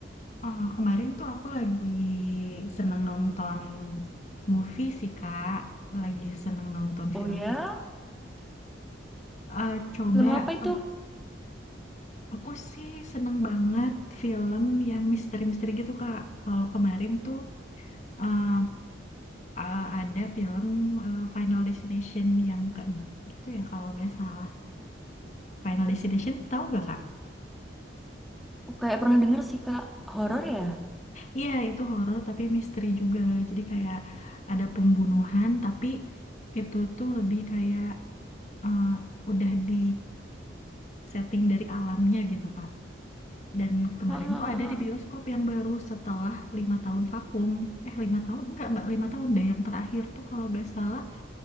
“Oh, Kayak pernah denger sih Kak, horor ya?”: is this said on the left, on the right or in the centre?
Centre